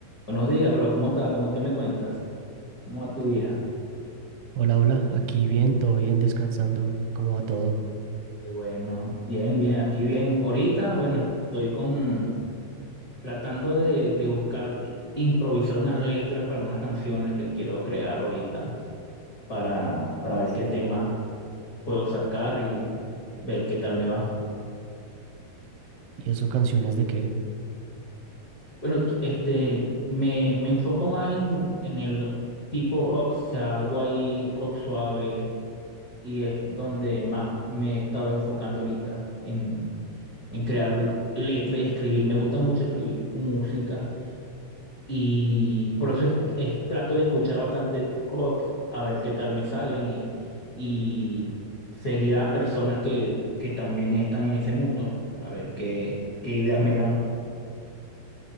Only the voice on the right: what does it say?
Hola, hola, aquí bien, todo bien, descansando, ¿cómo va todo?
¿Y eso canciones de qué?